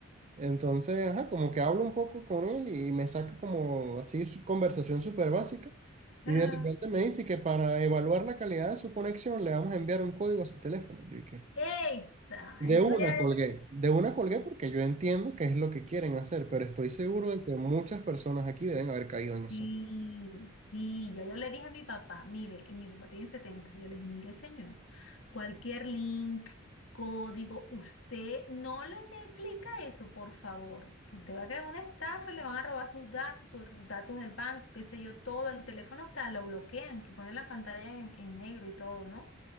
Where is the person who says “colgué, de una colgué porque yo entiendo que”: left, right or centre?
Right